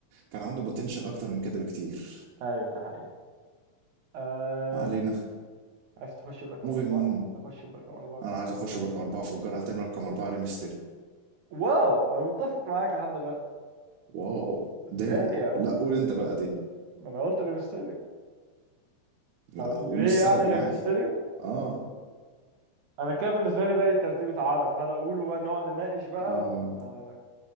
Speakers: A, on the right; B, on the right.
A: كان عنده بوتنشال أكتر من كده بكتير
B: ايوه ده حقيقي آه
A: ما علينا
B: عايز تخش برقم
A: موفينج
B: أربعة
A: أون
B: أخش برقم أربعة
A: أنا عايز أخش برقم أربعة أفجرها تاني رقم أربعة ريمستيريو
B: واو أنا متفق معاك لحد دلوقتي
A: واو دام
B: دايم
A: لا قول أنت بقى دي
B: ما أنا قلت لميستيريو
A: لا
B: أو
A: قول
B: ليه
A: السبب
B: يعني ده
A: يعني
B: ميستيريو
A: آه
B: انا كده بالنسبه لي بقى ترتيبة عرف هل اقوله بقى نقعد نناقش بقى
A: آه
B: ولا آه،